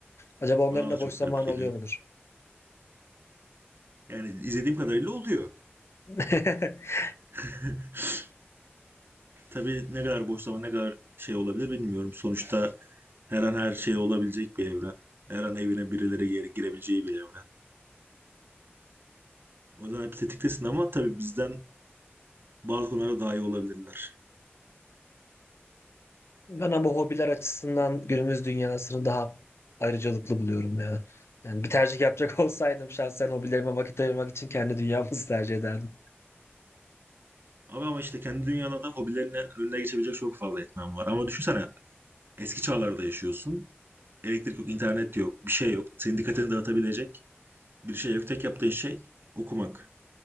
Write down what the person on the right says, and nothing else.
bana
da çok
garip geliyor.
Yani izlediğim kadarıyla oluyor.
<laughs> Tabii ne kadar boş zaman ne kadar şey olabilir bilmiyorum. Sonuçta her an her şey olabilecek bir evren. Her an evine birileri geri girebileceği bir evren. O yüzden hep tetiktesin ama tabii bizden bazı konularda daha iyi olabilirler.
Ama ama işte kendi dünyanda da hobilerinin önüne geçebilecek çok fazla etmen var. Ama düşünsene eski çağlarda yaşıyorsun. Elektrik yok, internet yok, bir şey yok. Senin dikkatini dağıtabilecek bir şey yok. Tek yaptığın şey okumak.